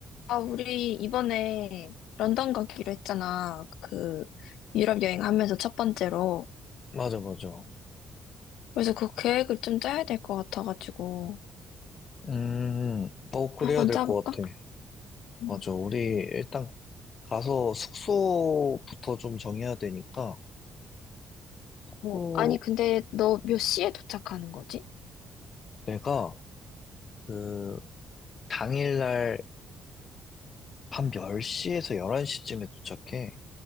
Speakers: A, on the left; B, on the left.
A: 아, 우리 이번에 런던 가기로 했잖아. 그 유럽 여행 하면서 첫 번째로.
B: 맞아, 맞아.
A: 그래서 그 계획을 좀 짜야 될 것 같아가지고.
B: 음, 어, 그래야
A: 한번
B: 될
A: 짜볼까?
B: 것 같아.
A: 음.
B: 맞아. 우리 일단 가서 숙소부터 좀 정해야 되니까, 숙소
A: 어, 아니, 근데 너 몇 시에 도착하는 거지?
B: 내가 그 당일날 밤 10시에서 11시쯤에 도착해.